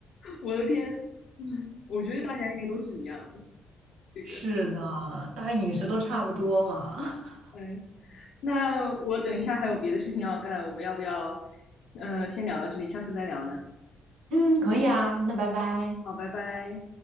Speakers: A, on the left; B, on the right.
A: 我的天，我觉得大家应该都是一样的。
B: <laughs>
A: 这个，
B: 是的，大家饮食都差不多嘛。<laughs>
A: 嗯，那我等一下还有别的事情要干，我们要不要，嗯、呃先聊到这里，下次再聊呢？
B: 嗯，可以啊，那拜拜。
A: 好，拜拜。